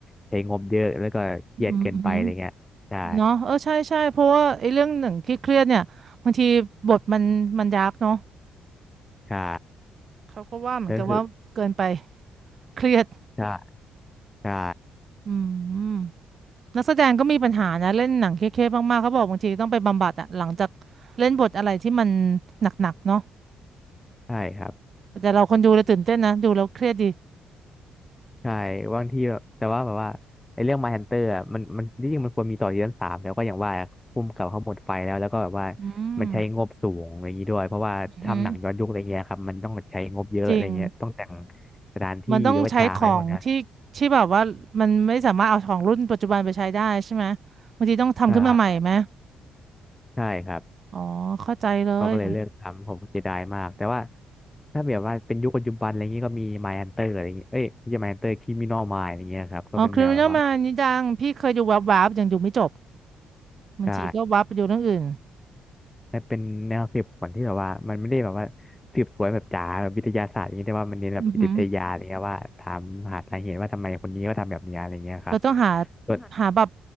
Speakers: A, on the left (about 15°); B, on the right (about 50°).
A: ใช้งบเยอะแล้วก็เครียดเกินไปอะไรเงี้ยใช่
B: อืมอืมเนาะเออใช่ใช่เพราะว่าไอ้เรื่องหนึ่งที่เครียดๆเนี่ยบางทีบทมันมันดาร์กเนาะ
A: ใช่
B: เขาก็ว่าเหมือนกันว่าเกินไป
A: แล้วคือ
B: เครียด
A: ใช่ใช่
B: อืมนักแสดงก็มีปัญหานะเล่นหนังเครียดๆมากๆเขาบอกบางทีต้องไปบำบัดอะหลังจากเล่นบทอะไรที่มันหนักๆเนาะ
A: ใช่ครับ
B: แต่เราคนดูเลยตื่นเต้นนะดูแล้วเครียดดี
A: ใช่บางทีแบบแต่ว่าแบบว่าไอ้เรื่อง Mindhunter อะมันมันที่จริงมันควรมีต่อซีซั่นสามแล้วก็อย่างว่าผู้กำกับเขาหมดไฟแล้วแล้วก็แบบว่า
B: อืม
A: มันใช้งบสูงอะไรอย่างนี้ด้วยเพราะว่าทำหนังย้อนยุคอะไรเงี้ยครับมันต้องใช้งบเยอะอะไรเงี้ยต้องแต่ง
B: อือหือจริง
A: สถาน
B: มันต้องใช้ของที่ที่แบบว่ามันไม่สามารถเอาของรุ่นปัจจุบันไปใช้ได้ใช่ไหม
A: ฉากอะไรพวกเนี้ย
B: บางทีต้องทำขึ้นมาใหม่ไหม
A: ใช่ใช่ครับ
B: อ๋อเข้าใจเลย
A: เขาก็เลยเลิกทำผมเสียดายมากแต่ว่าถ้าแบบว่าเป็นยุคปัจจุบันอะไรเงงี้ยก็มี My Hunter อะไรเงงี้ยเอ้ยไม่ใช่ My Hunter Criminal Minds อะไรเงี้ยครับก็เป็นแนวแบบว่า
B: อ๋อ Criminal Minds นี่ดังพี่เคยดูวับๆยังดูไม่จบบางทีก็วับไปดูเรื่องอื่น
A: ใช่และเป็นแนวสืบสวนที่แบบว่ามันไม่ได้แบบว่าสืบสวนแบบจ๋าแบบวิทยาศาสตร์อย่างเงี้ยแต่ว่ามันเน้นแบบจิตวิทยาอะไรเงี้ยว่าถามหาสาเหตุว่าทำไมคนนี้ก็ทำแบบเนี้ยอะไรเงี้ยครับ
B: อือหือ เราต้องหา
A: ส่วน
B: หาแบบ